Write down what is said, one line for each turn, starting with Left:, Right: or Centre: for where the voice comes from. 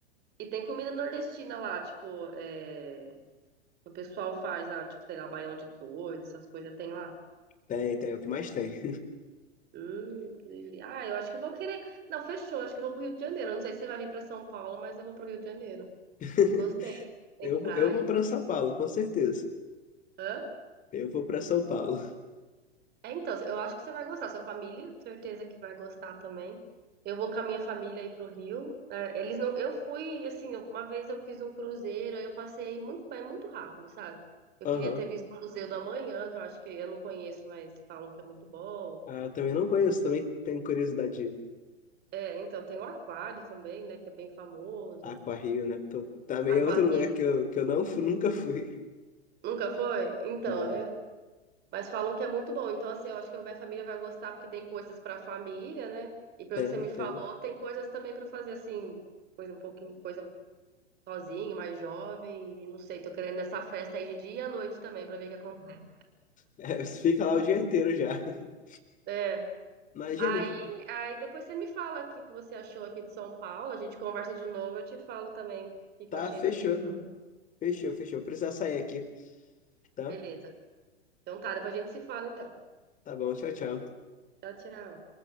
Right: E tem comida nordestina lá, tipo, é, o pessoal faz, ah, tipo, sei lá, baião de dois, essas coisas tem lá.
Left: Tem, tem, é o que mais tem.
Right: Hum, que delícia. Ah, eu acho que eu vou querer. Não, fechou. Acho que eu vou pro Rio de Janeiro. Não sei se você vai vir pra São Paulo, mas eu vou pro Rio de Janeiro.
Left: <laughs>
Right: Gostei. Tem
Left: Eu,
Right: praia,
Left: vou- eu vou para
Right: tem.
Left: São Paulo, com certeza.
Right: Hã?
Left: Eu vou para São Paulo. <laughs>
Right: É, então, eu acho que você vai gostar. Sua família, certeza que vai gostar também. Eu vou com a minha família aí pro Rio. É, eles não. Eu fui, assim, uma vez eu fiz um cruzeiro, aí eu passei muito bem, muito rápido, sabe? Eu
Left: Aham.
Right: queria ter visto o Museu do Amanhã, que eu acho que eu não conheço, mas falam que é muito bom.
Left: Ah, também não conheço, também tenho curiosidade de ir.
Right: É, então tem o Aquário também, né, que é bem famoso.
Left: Aquário, né? Tô- também
Right: Aquário
Left: é outro lugar que eu, que eu não fu- nunca fui.
Right: Nunca foi? Então,
Left: Não,
Right: é- mas falou que é muito bom. Então, assim, eu acho que a minha família vai gostar porque tem coisas para a família, né? E pelo
Left: tem,
Right: que você me
Left: tem.
Right: falou,
Left: <laughs>
Right: tem coisas também para fazer assim, coisa um pouquinho, coisa sozinho, mais jovem, e não sei, tô querendo nessa festa aí de dia e à noite também para ver o que acontece.
Left: É, você fica lá o dia inteiro já. <laughs>
Right: É.
Left: Mas,
Right: Aí,
Left: Jennifer,
Right: aí depois você me fala o que que você achou aqui de São Paulo, a gente conversa de novo, eu te falo também o que que
Left: tá,
Right: eu achei
Left: fechou.
Right: do Rio de Janeiro.
Left: Fechou, fechou. Precisa sair aqui, tá?
Right: Beleza. Então tá, depois a gente se fala então.
Left: Tá bom, tchau, tchau.
Right: Tchau, tchau.